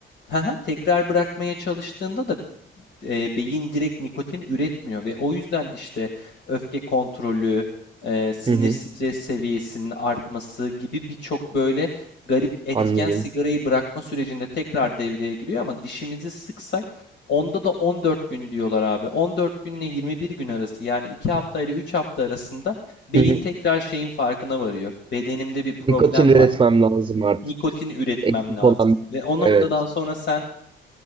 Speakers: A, on the left (about 60°); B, on the right (about 25°).
A: <laughs> tekrar bırakmaya çalıştığında da e, beyin direkt nikotin üretmiyor ve o yüzden işte öfke kontrolü, e, sinir
B: Hı hı.
A: stres seviyesinin artması gibi birçok böyle garip etken
B: Anladım.
A: sigarayı bırakma sürecinde tekrar devreye giriyor ama dişimizi sıksak onda da 14 gün diyorlar abi. 14 günle 21 gün arası yani 2 hafta ile 3 hafta arasında beyin
B: Hı hı.
A: tekrar şeyin farkına varıyor. Bedenimde bir problem
B: Nikotin üretmem
A: var.
B: lazım artık.
A: Nikotin üretmem
B: Eksik
A: lazım.
B: olan
A: Ve o
B: evet.
A: noktadan sonra sen